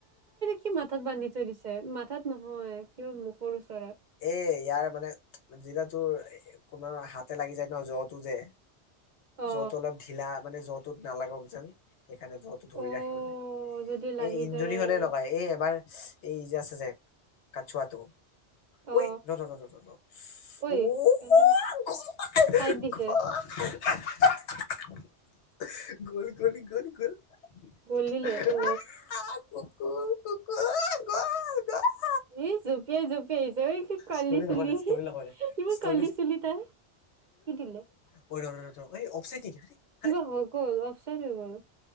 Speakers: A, on the right; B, on the left.
A: কি মাথাত বান্ধি থৈ দিছে, মাথাত নহয় কিয় <unintelligible>
B: এ ইয়াৰ মানে জিলা তৰ কোনোব হাতে লাগি যায় ন জ্বতো যে
A: অ
B: যওটো অলপ ঢিলা মানে যওটোত নালাগক যেন। সেইকাৰণে জ্বৰটো ধৰি
A: অ
B: ৰাখে মানে,
A: যদি লাগি
B: এই ইঞ্জুৰি
A: যায়
B: হ'লে লগাই। এই এবাৰ এই যে আছে যে কাছুৱাটো। ঐ
A: অ
B: ৰ-ৰ-ৰ-ৰ-ৰ
A: ঐ তেনে
B: ও
A: চাইড দিছে
B: <unintelligible> গ'ল-গ'ল-গ'ল-গ'ল আ কুকুৰ-কুকুৰ
A: গ'ল দিলে অ'
B: অ গ'ল-গ'ল
A: ই জুপিয়াই-জুপিয়াই আহিছে এ কি কাৰলি
B: ষ্টৰি লগাও
A: চুলি,
B: দে ষ্টৰি লগাও দে
A: ইমান
B: ষ্টৰি
A: কাৰলি চুলি তাইৰ। কি দিলে?
B: ঐৰ ৰ ৰ <unintelligible>
A: কিবা হৈ গ'ল অফচাইদ হৈ গ'ল।